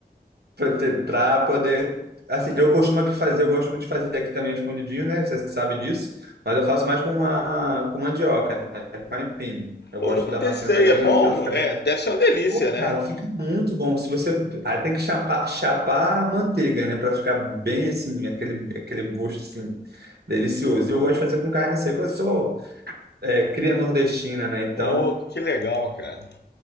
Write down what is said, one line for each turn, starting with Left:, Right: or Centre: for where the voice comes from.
Right: Pra ter- pra poder. Assim, eu costumo aqui fazer, eu gosto muito de fazer aqui também escondidinho, né? Você sabe disso. Mas eu faço mais com, uma, com mandioca, né? Com aipim. Eu gosto
Left: Eu nunca
Right: da
Left: testei.
Right: maçã da aipim,
Left: É bom?
Right: eu ela fica
Left: É,
Right: bem.
Left: deve ser uma delícia,
Right: Pô,
Left: né?
Right: cara, fica muito bom. Se você. Aí tem que chapar, chapar a manteiga, né? Pra ficar bem assim, aquele, aquele gosto assim, delicioso. E eu gosto de fazer com carne seca. Eu sou é, cria nordestina, né? Então,
Left: Oh, que legal, cara.